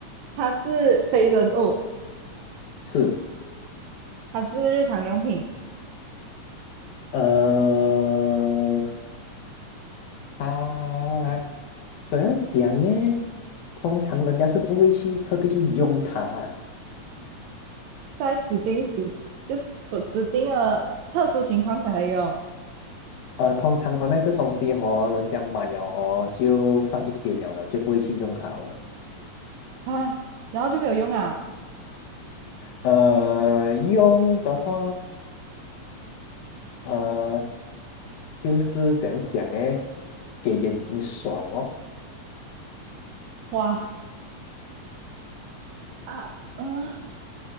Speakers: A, on the right; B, on the left.
A: 它是非人物，
B: 是，
A: 它是日常用品，
B: 呃，啊，怎样讲呢？通常人家是不会去特地去用它啊。
A: 在指定时就不指定的特殊情况才会用
B: 呃，通常和那个东西和人家买了和就放一边了的，就不会去用它了。
A: 啊，然后就没有用啊。
B: 呃，用的话，呃，就是怎样讲诶，给眼睛爽哦。
A: 哇啊嗯、呃